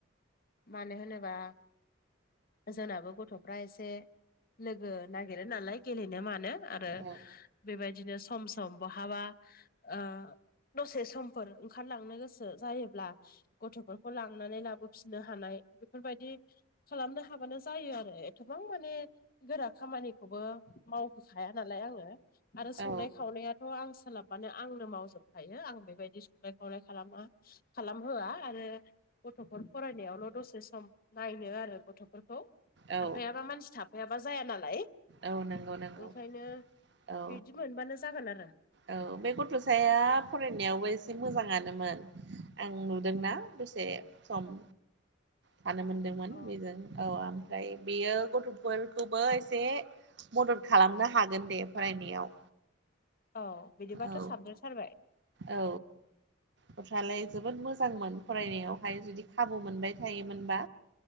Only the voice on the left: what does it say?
मानो होनोबा जोंनाबो गथ'फ्रा एसे लोगो नागिरो नालाय गेलेनो मानो आरो
बेबायदिनो सम सम बहाबा ओ दसे समफोर ओंखारलांनो गोसो जायोब्ला गथ'फोरखौ लांनानै लाबो फिसिनो हानाय बेफोरबायदि खालामनो हाबानो जायो आरो एथबां माने गोरा खामानि खौबो मावहोखाया नालाय आङो आरो संनाय
खावनाया थ' आं सोलाबानो आंनो मावजोबखायो आं बेबायदि संनाय सराय खालामा खालामहोआ आरो गथ'फोर फरायनायावल' दसे सम नायनो आरो गथ' बेफोरखौ
थाफायाबा मानसि थाफायाबा जाया नालाय।
ओंखायनो
बिदि मोनबानो जागोन आरो।
औ
औ बिदिबाथ'
साबदेरथारबाय।